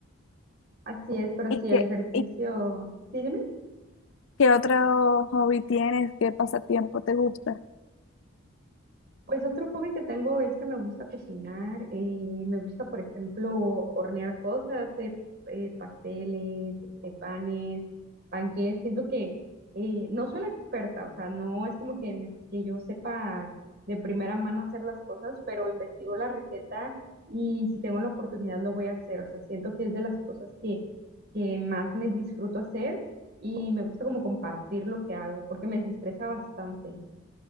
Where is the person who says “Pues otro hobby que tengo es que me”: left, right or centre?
Right